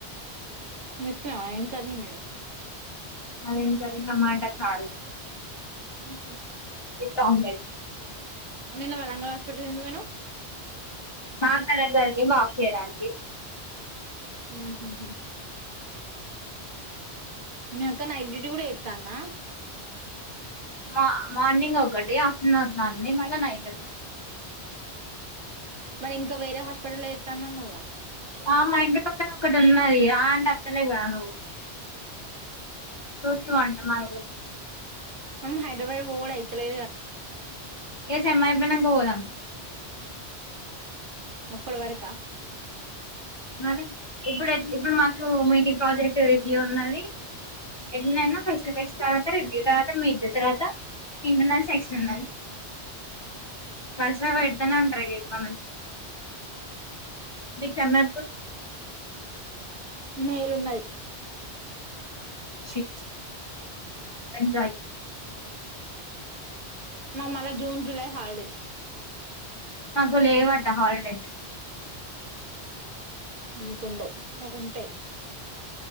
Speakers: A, on the right (about 60°); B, on the left (about 35°).
A: మీ స ఇకని మే
B: అరేం కది టమాటా సారు
A: ఉహుమ్
B: విత్స్ ఆమ్లేడ్
A: నిన్న వరంగల్ హాస్పిటల్ కి ఎందుకు పోయిన
B: <unintelligible> బ్యాంక్ ఇయడానికి
A: ఉహుహు మీ అక్క నైట్ డ్యూటీ కూడా ఎతానా
B: మా మార్నింగ్ ఒకటి ఆఫ్టర్నూన్ <unintelligible> మళ్ళా నైట్ అ
A: మరి ఇంకా వేరే హాస్పిటల్ ఎత్తానన్నావుగా
B: అ మా ఇంటి పక్కన ఒక్కటి <unintelligible> అయ్యా <unintelligible> నువ్వు చూస్తూ
A: మొత్తా
B: అంట మా ఇల్లు
A: మ హైదరాబడ పోలేయితులే
B: ఏ సేమ్ అయిపోయినకా పోదాం
A: అప్పుడు వరక
B: మరి ఇప్పుడు ఇప్పుడు మాకు మీ ప్రాజెక్ట్ రివ్యూ ఉన్నది ఎట్లయినా ఫస్ట్ ఫస్ట్ తర్వాత రివ్యూ తర్వాత మిడ్ తర్వాత ఇంటర్నల్స్ ఎక్స్టర్నల్స్ వరసగా పెడదనే ఉంటారుక్ మ నుంచి మీ కన్నా
A: మేలున్నది
B: షట్ గంజాయి
A: మా మల్ల జూన్ జులై హాలిడేస్
B: మాకు ఏవాట హాలిడేస్
A: మీకు ఉండవ్ మాకు ఉంటాయి